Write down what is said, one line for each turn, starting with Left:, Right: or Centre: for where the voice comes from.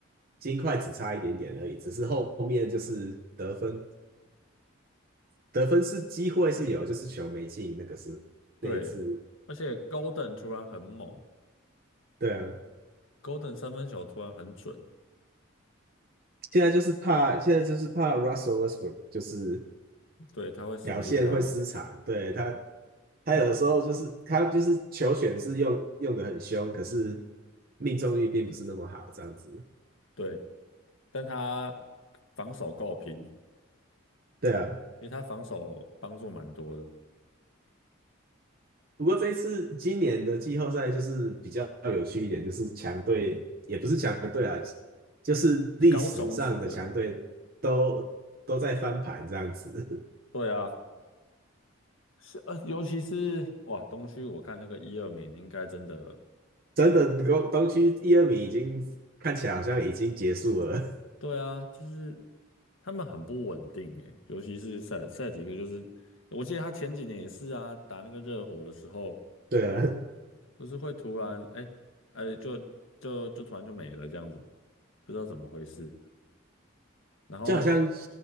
Right: 金块只差一点点而已，只是后面就是得分，得分是机会是有，就是球没进，那个是那一次。
Left: 对，而且 Golden 突然很猛
Right: 对啊，
Left: ，Golden 三分球突然很准，
Right: 现在就是怕，现在就是怕 Russell Westbrook 就是
Left: 对，他会神经刀，
Right: 表现会失常，对他，他有的时候就是他就是球权是用用的很凶，可是命中率并不是那么好，这样子。
Left: 对，但他防守够平，
Right: 对啊，
Left: 因为他防守帮助蛮多的，
Right: 不过这一次今年的季后赛就是比较有趣一点，就是强队也不是强队啊，就是历史上的强队都都在翻盘这样子。
Left: 高种子的，对啊，是呃，尤其是哇，东区我看那个一二名应该真的，
Right: <laughs> 真的东东区一二名已经看起来好像已经结束了，
Left: 对啊，就是他们很不稳定诶，尤其是赛赛几个，就是我记得他前几年也是啊，打那个热火的时候，
Right: <laughs> 对啊，
Left: 就是会突然哎哎就就就突然就没了这样子，不知道怎么回事，然后
Right: 就好像